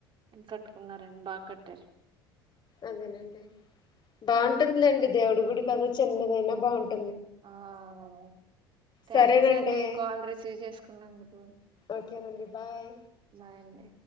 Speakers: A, on the right; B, on the left.
A: కట్టుకున్నారండి బాగా కట్టారు
B: అదేనండి బాగుంటుందిలేండి దేవుడి గుడి కదా చిన్నదైనా బాగుంటు
A: మ్ అవునండి థ్యాంక్స్
B: సరేనండి
A: అండి కాల్ రిసీవ్ చేసుకున్నాందుకు
B: ఓకేనండి బాయ్
A: బాయండి